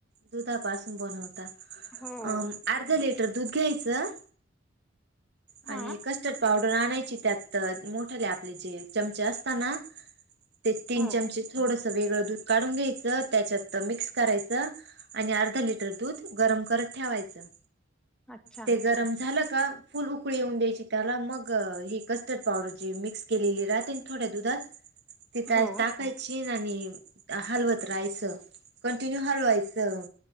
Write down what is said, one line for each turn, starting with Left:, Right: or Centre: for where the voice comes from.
Right: दुधापासून बनवता
Centre: हो
Right: अ अर्ध लिटर दूध घ्यायचं. आणि
Centre: हा
Right: कस्टर्ड पावडर आणायची त्यात तर मोठ्याले आपले जे चमचे असतना. ते तीन
Centre: हो
Right: चमचे थोडंस वेगळं दूध काढून घ्यायचं त्याच्यात मिक्स करायचं. आणि अर्धा लिटर दूध गरम करत ठेवायचं
Centre: अच्छा
Right: ते गरम झालं का? फुल उकळी येऊन द्यायची त्याला मग ही कस्टर्ड पावडर जे मिक्स केलेली राहते आणि थोड्या दुधात हे कायच
Centre: हो
Right: टाक खायची आणि हलवत राहायचं कंटिन्यू हलवायचं.